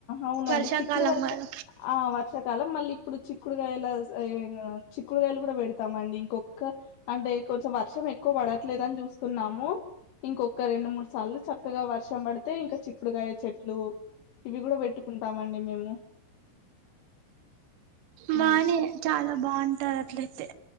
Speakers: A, on the left; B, on the right.
A: అవునండి
B: వర్షాకాలం
A: చిక్కుడుగాయలు
B: వల్ల
A: స ఆ వర్షాకాలం మళ్ళీ ఇప్పుడు చిక్కుడుగాయల చిక్కుడుగాయలు కూడా పెడతామండి ఇంకొక్క అంటే కొంచెం వర్షం ఎక్కువ పడట్లేదని చూస్తున్నాము ఇంకొక్క రెండు మూడు సార్లు చక్కగా వర్షం పడితే ఇంకా చిక్కుడుకాయ చెట్లు ఇవి కూడా పెట్టుకుంటామండి మేము హ్మ్.
B: బానే చాలా బావుంటారు అట్లయితే